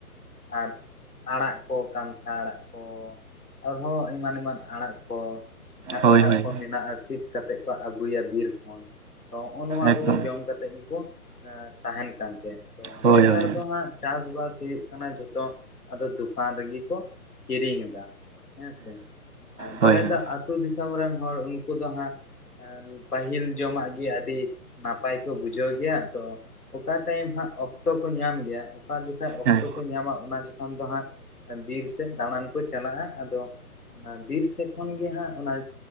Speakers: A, on the left; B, on the right.
A: ᱟᱨ ᱟᱲᱟᱜ ᱠᱚ ᱠᱟᱱᱛᱷᱟ ᱟᱲᱟᱜ ᱠᱚ, ᱟᱨᱦᱚᱸ ᱮᱢᱟᱱ ᱮᱢᱟᱱ ᱟᱲᱟᱜ ᱠᱚ, ᱡᱟᱦᱟᱸ
B: ᱦᱳᱭ
A: ᱟᱲᱟᱜ
B: ᱦᱳᱭ
A: ᱠᱚ ᱢᱮᱱᱟᱜᱼᱟ ᱥᱤᱫ ᱠᱟᱛᱮᱫ ᱠᱚ ᱟᱹᱜᱩᱭᱟ ᱵᱤᱨ ᱠᱷᱚᱱ ᱛᱚ ᱱᱚᱜᱼᱚ ᱱᱚᱣᱟ
B: ᱮᱠᱫᱚᱢ
A: ᱠᱚ ᱡᱚᱢ ᱠᱟᱛᱮ ᱠᱟᱛᱮ ᱜᱮ ᱵᱚᱱ ᱛᱟᱦᱮᱱ ᱠᱟᱱ ᱛᱟᱦᱮᱸᱫ ᱛᱚ
B: ᱦᱳᱭ
A: ᱱᱮᱛᱟᱨ
B: ᱦᱳᱭ
A: ᱫᱚ ᱦᱟᱸᱜ ᱪᱟᱥ ᱵᱟᱥ ᱦᱩᱭᱩᱜ ᱠᱟᱱᱟ ᱠᱟᱱᱟ ᱡᱷᱚᱛᱚ ᱟᱫᱚ ᱫᱚᱠᱟᱱ ᱨᱮᱜᱮ ᱠᱚ ᱠᱤᱨᱤᱧ ᱮᱫᱟ᱾ ᱦᱮᱸ ᱥᱮ ᱟᱨ ᱡᱟᱦᱟᱸᱭ
B: ᱦᱳᱭ ᱦᱳᱭ
A: ᱫᱚ ᱟᱹᱛᱩ ᱫᱤᱥᱚᱢ ᱨᱮᱱ ᱦᱚᱲ ᱩᱱᱠᱩ ᱫᱚ ᱦᱟᱸᱜ ᱯᱟᱹᱦᱤᱞ ᱡᱚᱢᱟᱜ ᱜᱮ ᱟᱹᱰᱤ ᱱᱟᱯᱟᱭ ᱠᱚ ᱵᱩᱡᱷᱟᱹᱣ ᱜᱮᱭᱟ ᱛᱚ ᱚᱠᱟ ᱴᱟᱭᱤᱢ ᱦᱟᱸᱜ ᱚᱠᱛᱚ ᱠᱚ ᱧᱟᱢ ᱜᱮᱭᱟ ᱚᱠᱟ ᱡᱚᱠᱷᱚᱱ ᱚᱠᱛᱚ
B: ᱦᱮᱸ
A: ᱠᱚ ᱧᱟᱢᱟ ᱚᱱᱟ ᱡᱚᱠᱷᱚᱱ ᱫᱚ ᱦᱟᱸᱜ ᱵᱤᱨ ᱥᱮᱫ ᱫᱟᱬᱟᱱ ᱠᱚ ᱪᱟᱞᱟᱜᱼᱟ ᱟᱫᱚ ᱵᱤᱨ ᱥᱮᱫ ᱠᱷᱚᱱ ᱜᱮ ᱦᱟᱸᱜ ᱚᱱᱟ